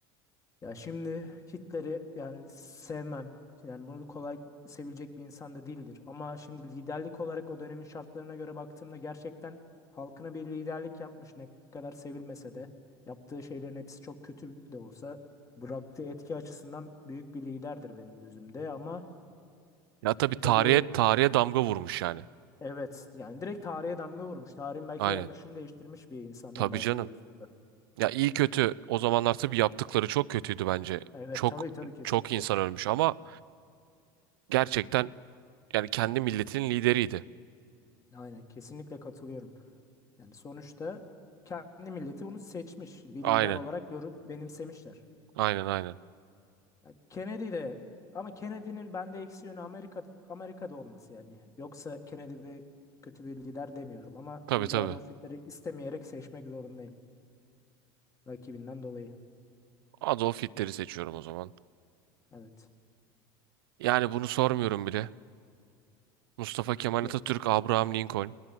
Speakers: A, on the left; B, on the right.
A: Ya şimdi Hitler'i yani sevmem. Yani bunu kolay sevilecek bir insan da değildir. Ama şimdi liderlik olarak o dönemin şartlarına göre baktığımda gerçekten halkına bir liderlik yapmış ne kadar sevilmese de. Yaptığı şeylerin hepsi çok kötü de olsa bıraktığı etki açısından büyük bir liderdir benim gözümde. Ama
B: Ya tabii
A: tabii
B: tarihe tarihe damga vurmuş yani.
A: evet yani direkt tarihe damga vurmuş. Tarihin belki
B: Aynen.
A: de akışını değiştirmiş bir insandan
B: Tabii
A: bahsediyoruz
B: canım.
A: burada.
B: Ya iyi kötü o zamanlar tabii yaptıkları çok kötüydü bence.
A: Evet
B: Çok
A: tabii tabii kesinlikle.
B: çok insan ölmüş ama gerçekten yani kendi milletinin lideriydi.
A: Aynen kesinlikle katılıyorum. Yani sonuçta kendi milleti bunu seçmiş. Bir
B: Aynen.
A: lider olarak görüp benimsemişler.
B: Aynen aynen.
A: Yani Kennedy de ama Kennedy'nin bende eksi yönü Amerika Amerika'da olması yani. Yoksa Kennedy de kötü bir lider demiyorum ama
B: Tabii
A: burada
B: tabii.
A: Adolf Hitler'i istemeyerek seçmek zorundayım. Rakibinden dolayı.
B: Adolf Hitler'i seçiyorum o zaman.
A: Evet.
B: Yani bunu sormuyorum bile. Mustafa Kemal
A: Kim?
B: Atatürk, Abraham Lincoln.